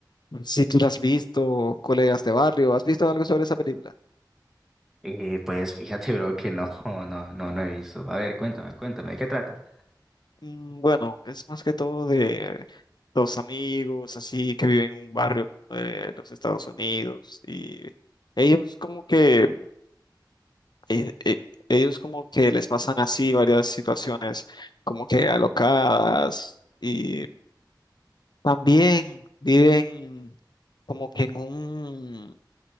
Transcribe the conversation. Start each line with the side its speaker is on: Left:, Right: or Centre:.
Left: Si tú la has visto, Colegas de Barrio, ¿has visto algo sobre esa película?
Centre: Eh, pues fíjate, bro, que no, <laughs> no, no, no he visto. A ver, cuéntame, cuéntame, ¿de qué trata?
Left: Mm, Bueno, es más que todo de dos amigos así que viven en un barrio de los Estados Unidos y ellos como que eh, eh, ellos como que les pasan así varias situaciones como que alocadas y también viven como que en un